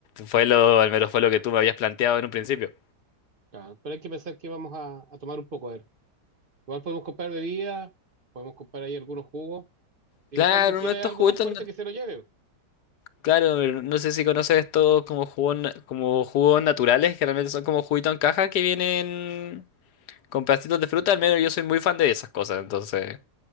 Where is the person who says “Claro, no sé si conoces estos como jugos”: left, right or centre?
Left